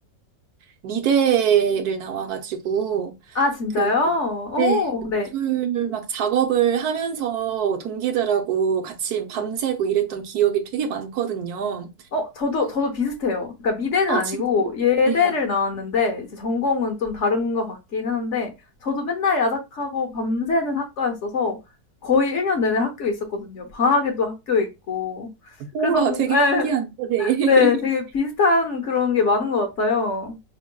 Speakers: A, on the right (about 85°); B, on the left (about 55°).
A: 미대를 나와가지고
B: 아 진짜요?
A: 그
B: 오
A: 네, 그 미술
B: 네.
A: 막 작업을 하면서 동기들하고 같이 밤새고 이랬던 기억이 되게 많거든요.
B: 어 저도 저도 비슷해요. 그러니까 미대는
A: 아,
B: 아니고
A: 진짜요?
B: 예대를
A: 네.
B: 나왔는데 이제 전공은 좀 다른 것 같기는 한데 저도 맨날 야작하고 밤새는 학과였어서 거의 1년 내내 학교에 있었거든요. 방학에도 학교에 있고.
A: 우와,
B: 그래서 뭔
A: 되게
B: 예.
A: 신기한데. 네.
B: 네. 되게
A: <laughs>
B: 비슷한 그런 게 많은 것 같아요.